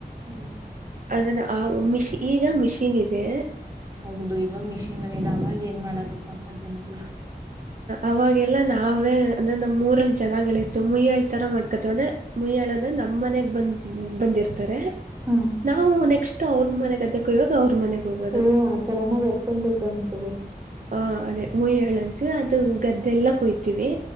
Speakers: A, on the right (about 20°); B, on the right (about 55°).
A: ಹ್ಮ
B: ಅದನ್ನು ಆ ಮಿಷ ಈಗ ಮಿಷೀನ್ ಇದೆ
A: ಹೌದು ಇವಾಗ ಮಿಷಿನ್ ಮಂದಿದೆ ಅವಾಗ ಏನ್ ಮಾಡೋದು ಪಾಪ ಜನಗಳುಗಳು
B: ಅವಾಗೆಲ್ಲ ನಾವೇ ಅಂದ್ರೆ ನಮ್ ಮೂರಲ್ಲಿ ಜನಗಳ ಇರ್ತವೆ ಮುಯ್ಯಾಳ್ತರ ಮಾಡ್ಕಳ್ವಿ ಅಂದ್ರೆ ಮುಯಾಳ ಅಂದ್ರೆ ನಮ್ಮ್ ಮನೆಗ್ ಬಂದ ಬಂದಿರ್ತಾರೆ
A: ಹಾ
B: ನಾವು ನೆಕ್ಸ್ಟು ಅವ್ರ ಮನೆ ಗದ್ದೆ ಕೊಯ್ಯುವಾಗ ಅವ್ರ ಮನೆಗೆ ಹೋಗೋದು
A: ಓ ಆ ತರಾನ ಒಪ್ಪಂದದ್ದ ತ್ತೆಗೆ
B: ಹಾ ಅದೇ ಮುಯಹಳಂತು ಅದು ಗದ್ದೆಲ್ಲ ಕೊಯ್ತೀವಿ